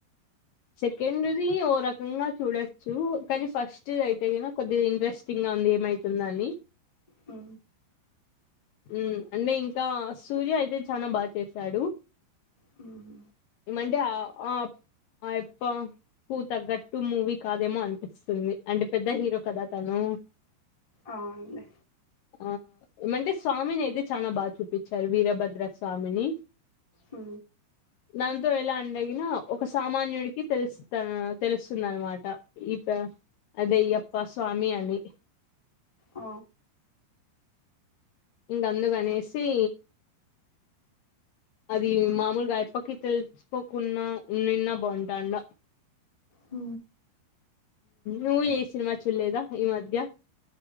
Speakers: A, on the left (about 85°); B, on the left (about 15°).
A: సెకండ్ది ఓ రకంగా చూడొచ్చు కానీ ఫస్ట్ది అయితే గినా కొద్దిగా ఇంట్రెస్ట్ ఇంకా ఉంది ఏమైతుంద అని
B: ఊ
A: ఊ అంటే ఇంకా సూర్య అయితే చనా బాగా చేశాడు
B: హ్మ్.
A: ఈ మధ్య ఆ ఆప్ ఆయప్ప తగ్గట్టు మూవీ కాదేమో అనిపిస్తుంది అంటే పెద్ద హీరో కదా తను
B: అవును లే
A: ఆ ఏమంటే స్వామిని అయితే చాలా బాగా చూపించారు వీరభద్ర స్వామిని
B: ఊ
A: దాంతో ఎలా అంటె గిన ఒకస్ సామాన్యుడికి తెలుస్త తెలుస్తుందన మాట ఈ ప్ర అద అయ్యప్ప స్వామి అని
B: ఆ
A: ఇంక అందుకనేసి అది మామూలుగా అయప్పకి తెలుసుపోకున్న ఉన్నిన్నా బాగుంటాండా
B: ఊ
A: నువ్ ఏ సినిమా చుడాలేదా ఈ మధ్య